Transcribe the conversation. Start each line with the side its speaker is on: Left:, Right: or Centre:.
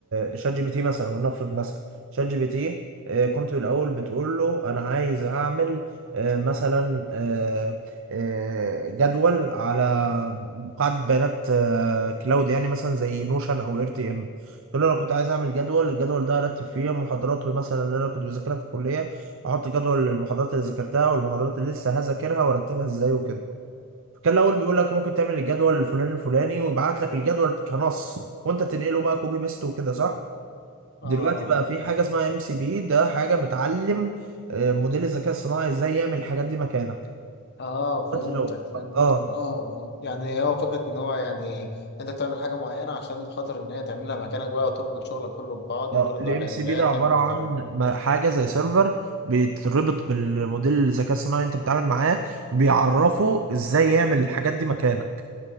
Right: الشات جي بي تي مثلا ولنفرض مثلا شات جي بي تي آه، كنت الاول بتقول له انا عايز اعمل آه، مثلا آه، آه، جدول على قاعده بيانات آه، كلاود يعني مثلا زي نوشن او ار تي ام تقول له انا كنت عايز اعمل جدول الجدول ده ارتب فيه المحاضرات مثلا اللي انا كنت بذاكرها في الكليه احط جدول المحاضرات اللي ذاكرتها والمحاضرات اللي لسه هذاكرها وارتبها ازاي وكده فكان الاول بيقول لك ممكن تعمل الجدول الفلاني الفلاني ويبعت لك الجدول كنص وانت تنقله بقى كوبي بيست وكده صح
Left: آه
Right: دلوقتي بقى في حاجه اسمها ام سي بي ده حاجه بتعلم آه، موديل الذكاء الصناعي ازاي يعمل الحاجات دي مكانك
Left: اه فهمتك
Right: دلوقتي لو
Left: فهمت
Right: اه
Left: اه اه يعني هو فكرة ان هو يعني انت بتعمل حاجة معينة عشان خاطر ان هي تعملها مكانك بقى وتربط شغلك كله ببعضه
Right: اه
Left: وترد
Right: الام
Left: على ايميلاتك
Right: سي بي ده عباره
Left: وت...
Right: عن ما- حاجه زي سيرفر بيتربط بالموديل الذكاء الصناعي اللي انت بتتعامل معاه وبيعرفه
Left: مم.
Right: ازاي يعمل الحاجات دي مكانك